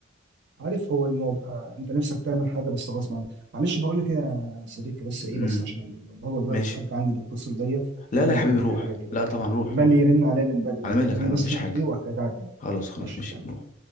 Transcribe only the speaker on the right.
عارف هو الموضوع آه، انت نفسك تعمل حاجه بس غصب عنك معلش بقول لك ايه يا صديقي بس ايه
بس عشان هو دلوقتي
الحاج عندي بيتصل بيا
تقريبا
كده في
حاجه كده
عمال
يرن عليا من بدري
فخليني
بس
اشوف
ايه وهرجع لك تاني
ماشي
يلا